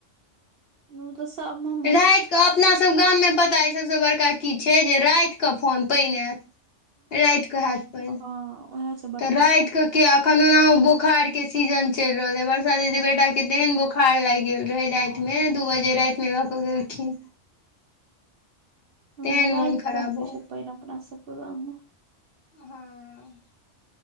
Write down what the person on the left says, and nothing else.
राति कऽ अपना सब गाम में पता अय सबस बड़का की छै, जे रात कऽ फोन पानि ऐत, रात कऽ हेत पानि।
राति क के आब एखन ओना हो बोखार के सीजन चलि रहल अय, बरसा दीदी बेटा के तेहन बोखार लागि गेल रहे राति मे दू बजे राति में लऽ कऽ गेलखिन।
तेहन
मोन खराब
हो
हँ